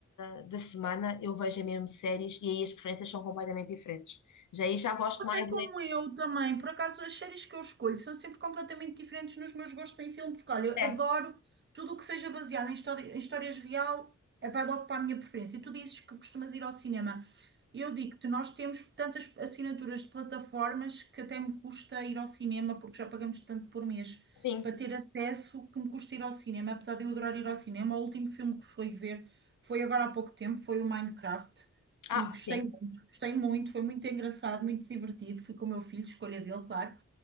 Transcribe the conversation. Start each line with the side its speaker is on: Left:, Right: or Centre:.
Left: ah, da semana eu vejo é mesmo séries e aí as preferências são completamente diferentes. Já aí já gosto
Right: Passei
Left: mais,
Right: como eu também. Por acaso, as séries que eu escolho são sempre completamente diferentes nos meus gostos em filme, porque olha, eu
Left: é, é,
Right: adoro tudo o que seja baseado em história, em histórias real, eh, vai logo para a minha preferência. E tu dizes que costumas ir ao cinema. Eu digo-te, nós temos tantas assinaturas de plataformas que até me custa ir ao cinema, porque já pagamos tanto por mês
Left: sim,
Right: para ter acesso que me custa ir ao cinema. Apesar de eu adorar ir ao cinema, o último filme que fui ver foi agora há pouco tempo, foi o Minecraft.
Left: ah,
Right: E gostei
Left: sim.
Right: Gostei muito, foi muito engraçado, muito divertido. Fui com o meu filho, escolha dele, claro.